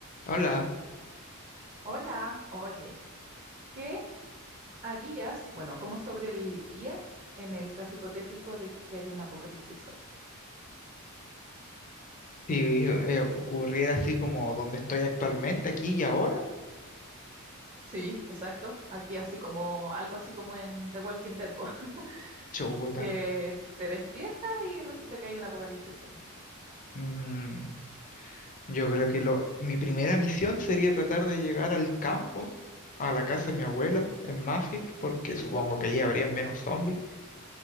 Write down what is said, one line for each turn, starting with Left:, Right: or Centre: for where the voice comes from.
Left: Hola,
Right: Hola, oye, ¿qué harías, bueno, cómo sobrevivirías en el caso hipotético de que haya un apocalipsis zombie?
Left: si eh, ocurriera así como donde estoy actualmente, aquí y ahora,
Right: Sí, exacto. Aquí así como, algo así como en The Walking Dead, po, <laughs>
Left: chuta.
Right: que te despiertas y resulta que hay un apocalipsis zombie.
Left: mm, yo creo que lo, mi primera misión sería tratar de llegar al campo, a la casa de mi abuela, en Mafil, porque supongo que allí habría menos zombies.